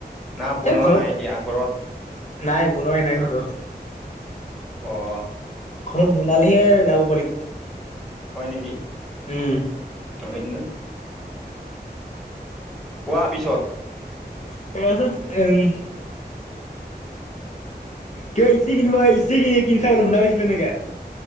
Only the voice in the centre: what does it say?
না বনোৱা
নাই এতিয়া ঘৰত?
অ',
হয় নেকি।
<unintelligible> কোৱা পিছত।